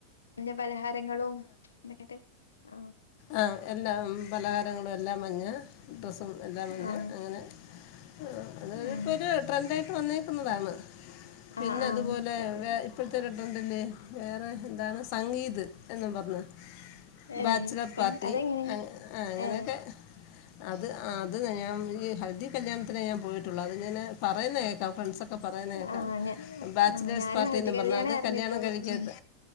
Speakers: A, on the left (about 70°); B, on the left (about 45°).
A: മഞ്ഞ പലഹാരങ്ങളും ഇതിട്ടിട്ട് അഹ്
B: ആഹ് എല്ലാം പലഹാരങ്ങളും എല്ലാം മഞ്ഞ ഡ്രസ്സും എല്ലാം മഞ്ഞാ
A: ആഹ്
B: അങ്ങനെ. അ, അങ്ങനെ
A: ആഹ്
B: ഇപ്പെരു ട്രെൻ്റായിട്ട് വന്നേക്കുന്നതാണ്. പിന്നെ
A: ആഹ് ആഹ്
B: അതുപോലെ
A: കണ്ട്
B: വേ ഇപ്പാഴ്ത്തെ ഒരു ട്രെന്റില്ലേ, വേറെ എന്താണ് സംഗീത് എന്നും പറഞ്ഞത്.
A: ഏ
B: ബാച്ചലർ
A: തെങ്
B: പാർട്ടി
A: അതെങ്ങനെയാ
B: അങ്ങ്, ആഹ് അങ്ങനെയൊക്കെ.
A: ഏ
B: അത് ആഹ് അത് ഞയം ഈ ഹൽദി കല്യാണത്തിനെ ഞാൻ പോയിട്ടെള്ളൂ. അത് ങ്ങനെ, പറയുന്നത്ക്കേക്കാം ഫ്രണ്ട്സെക് ഒക്കെ പറയുന്ന കേക്കാം.
A: ആഹ് ഞ
B: ബാച്ചിലേഴ്സ്
A: ആഹ് ഞാനും
B: പാർട്ടീന്ന്
A: ഹൽദി കല്യാണേ
B: പറഞ്ഞാ. അത്
A: അറിഞ്ഞിട്ടുള്ളൂ
B: കല്യാണം കഴിക്കാത്ത
A: ഉം